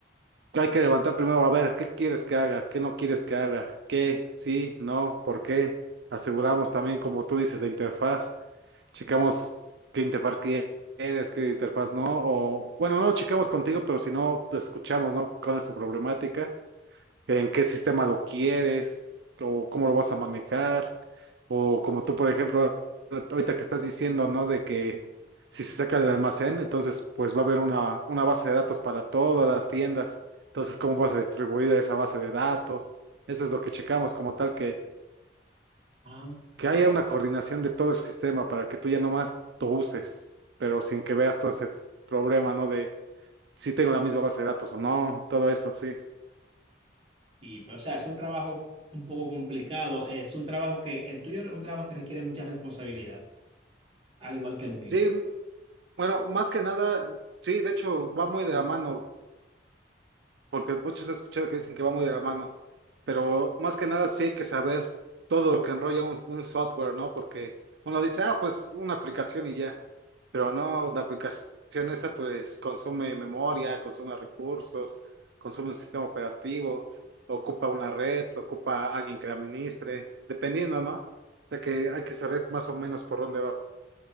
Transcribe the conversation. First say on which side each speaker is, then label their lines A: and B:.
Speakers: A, on the right; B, on the right.
A: Hay que levantar primero a ver qué quieres que haga, qué no quieres que haga, qué, sí, no, por qué. Aseguramos también, como tú dices, de interfaz. Checamos qué interfaz quieres, qué interfaz no. O bueno, no lo checamos contigo, pero si no, te escuchamos, ¿no? ¿Cuál es tu problemática? en qué sistema lo quieres, o cómo lo vas a manejar, o como tú, por ejemplo, ahorita que estás diciendo, ¿no? De que si se saca del almacén, entonces pues va a haber una, una base de datos para todas las tiendas. Entonces, ¿cómo vas a distribuir esa base de datos? Eso es lo que checamos como tal, que,
B: Ah,
A: que haya una coordinación de todo el sistema para que tú ya nomás lo uses, pero sin que veas todo ese problema, ¿no? De si tengo la misma base de datos o no, todo eso, sí.
B: sí, pero o sea, es un trabajo un poco complicado. Es un trabajo que, el tuyo es un trabajo que requiere mucha responsabilidad, al igual que el mío.
A: Sí, Bueno, más que nada, sí, de hecho va muy de la mano, porque muchos he escuchado que dicen que va muy de la mano, pero más que nada sí hay que saber todo lo que enrolla un, un software, ¿no? Porque uno dice, ah, pues una aplicación y ya, pero no, la aplicación esa pues consume memoria, consume recursos, consume un sistema operativo, ocupa una red, ocupa alguien que la administre, dependiendo, ¿no? O sea que hay que saber más o menos por dónde va.